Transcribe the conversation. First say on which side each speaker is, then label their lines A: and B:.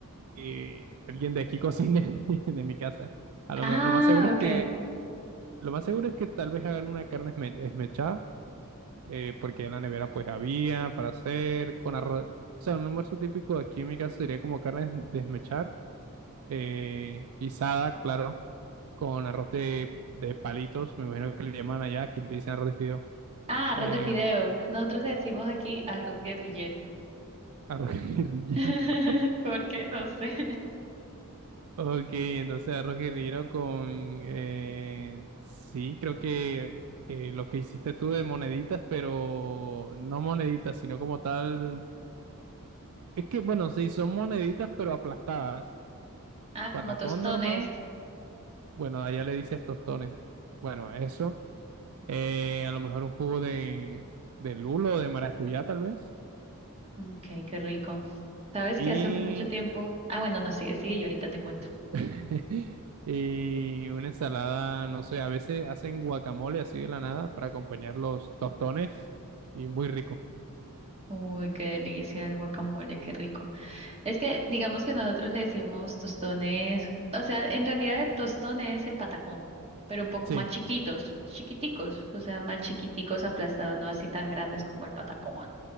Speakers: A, on the right; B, on the right.
A: eh, alguien de aquí cocine <laughs> de mi casa. A lo,
B: Ah,
A: me- lo más seguro es
B: ok.
A: que lo más seguro es que tal vez hagan una carne esme- esmechada, eh, porque en la nevera pues había para hacer con arroz. O sea, un almuerzo típico aquí en mi casa sería como carne desmechar, eh, guisada, claro, con arroz de, de palitos, me imagino que le llaman allá, aquí le dicen arroz de fideo
B: Ah, arroz
A: Eh,
B: de fideo. Nosotros le decimos aquí arroz guerrillero.
A: arroz guerrillero.
B: <laughs>
A: <laughs>
B: ¿Por qué? No sé.
A: Ok, entonces arroz guerrillero con... eh, sí, creo que eh, lo que hiciste tú de moneditas, pero no moneditas, sino como tal... Es que, bueno, sí, son moneditas, pero aplastadas.
B: Ah,
A: Patacón
B: como tostones.
A: normal. Bueno, allá le dices tostones. Bueno, eso. Eh, a lo mejor un jugo de, de lulo, de maracuyá, tal vez.
B: Ok, qué rico. ¿Sabes
A: y
B: que hace mucho tiempo? Ah, bueno, no sigue, sigue y ahorita te cuento.
A: <laughs> Y una ensalada, no sé, a veces hacen guacamole así de la nada para acompañar los tostones y muy rico.
B: Uy, qué delicia el guacamole, qué rico. Es que digamos que nosotros le decimos tostones, o sea, en realidad el tostón es el patacón, pero un poco
A: Sí,
B: más chiquitos, chiquiticos, o sea, más chiquiticos aplastados, no así tan grandes como el patacón.